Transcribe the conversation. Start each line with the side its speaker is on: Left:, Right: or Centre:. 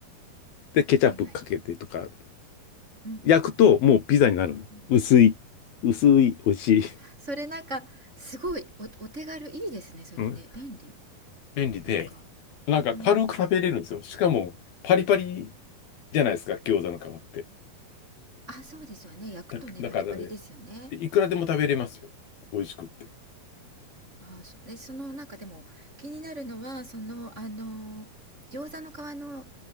Left: で、ケチャップかけてとか、
Right: はいはいうんうんうん
Left: 焼くともうピザになる。
Right: うん
Left: 薄い、薄い、美味しい。
Right: それなんかすごいおお手軽いいですねそれね便利
Left: うん便利で、
Right: なんか
Left: なんか軽く食べれるんですよ。
Right: うん
Left: しかも、パリパリじゃないですか、餃子の皮って。
Right: あそうですよね焼くとねパリパリですよね
Left: だ、だからね、でいくらでも食べれますよ。美味しくって。
Right: あそうでそのなんかでも気になるのはそのあの餃子の皮の